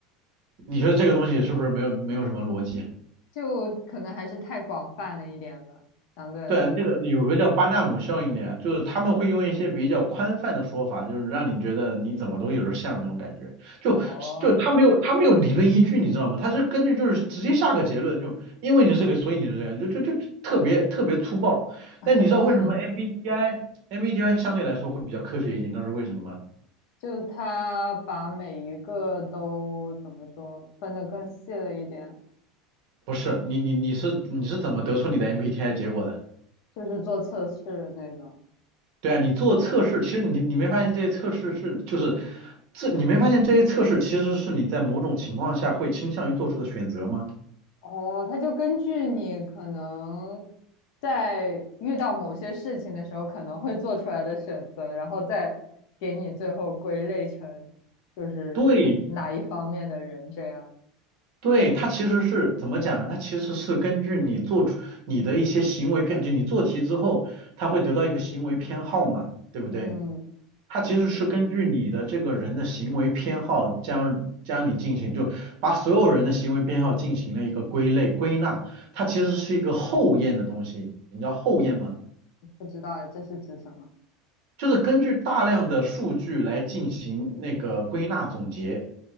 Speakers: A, on the right (about 50°); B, on the left (about 55°).
A: 你觉得这个东西是不是没有没有什么逻辑啊？
B: 就可能还是太广泛了一点吧，相对来说。
A: 对，这个有个叫巴纳姆效应的呀，就是他们会用一些比较宽泛的说法，就是让你觉得你怎么都有点像那种感觉，就就他没有他没有理论依据，
B: 哦，
A: 你知道吗？他是根据就是直接下个结论，就因为你是这个，所以你是这样，就就就特别特别粗暴。
B: <laughs>
A: 但你知道为什么
B: 是，
A: MBTI MBTI 相对来说会比较科学一点？你知道是为什么吗？
B: 就它把每一个都怎么说分得更细了一点，
A: 不是，你你你是你是怎么得出你的 MBTI 结果的？
B: 就是做测试那种。
A: 对啊，你做测试，其实你你没发现这些测试是就是这你没发现这些测试其实是你在某种情况下会倾向于做出的选择吗？
B: 哦，它就根据你可能在遇到某些事情的时候可能会做出来的选择，然后再给你最后归类成就是哪一方面的人这样。
A: 对对，它其实是怎么讲呢？它其实是根据你做出你的一些行为偏，就你做题之后，它会得到一个行为偏好嘛，对不对？
B: 嗯，
A: 它其实是根据你的这个人的行为偏好将将你进行，
B: 你是
A: 就把所有人的行为偏好进行了一个归类归纳，它其实是一个后验的东西，你知道后验吗？
B: 不知道哎，这是指什么？
A: 就是根据大量的数据来进行那个归纳总结，